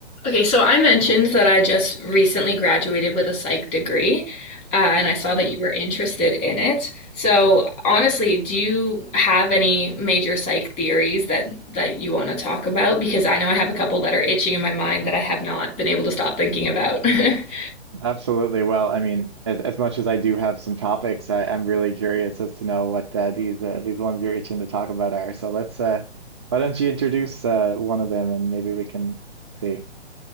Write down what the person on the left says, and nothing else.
Okay, so I mentioned that I just recently graduated with a psych degree, uh, and I saw that
you were interested in it. So honestly, do you have any major psych theories that that you want to talk about? Because I know I have a couple that are itching in my mind that I have not been able to stop thinking about. <laughs>